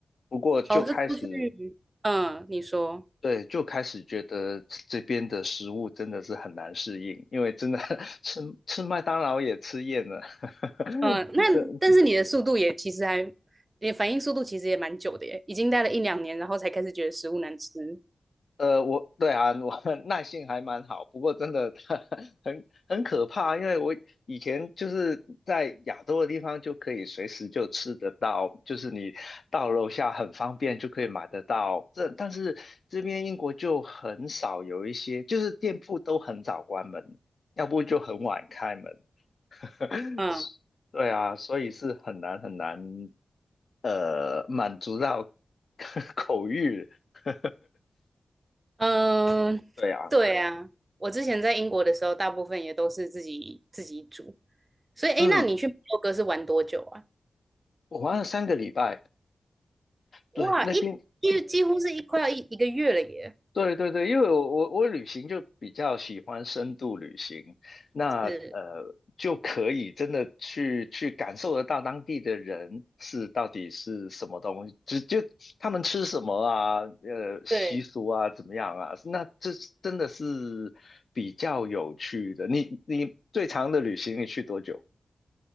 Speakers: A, on the left; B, on the right.
A: 不过就开始，
B: 哦，是过去，嗯，你说，
A: 对，就开始觉得这边的食物真的是很难适应，因为真的 <laughs> 吃吃麦当劳也吃厌了，<laughs>
B: 嗯，那但是你的速度也其实还，你的反应速度其实也蛮久的耶，已经待了一两年，然后才开始觉得食物难吃。
A: 呃，我对啊，我 <laughs> 耐性还蛮好，不过真的 <laughs> 很很可怕，因为我以前就是在亚洲的地方就可以随时就吃得到，就是你到楼下很方便就可以买得到。这但是这边英国就很少有一些，就是店铺都很早关门，要不就很晚开门。<laughs>
B: 嗯。
A: 对啊，所以是很难很难，呃，满足到 <laughs> 口欲。<laughs>
B: 嗯，
A: 对啊，
B: 对啊，我之前在英国的时候，大部分也都是自己自己煮。所以，哎，
A: 嗯。
B: 那你去摩洛哥是玩多久啊？
A: 我玩了三个礼拜，
B: 哇，
A: 对，那边，
B: 一一几乎是一快要一一个月了耶。
A: 对对对，因为我我我旅行就比较喜欢深度旅行，那呃就可以真的去去感受得到当地的人是到底是什么东西，
B: 是，
A: 只就他们吃什么啊，呃习俗啊怎么样啊，
B: 对，
A: 那这真的是比较有趣的。你你最长的旅行你去多久？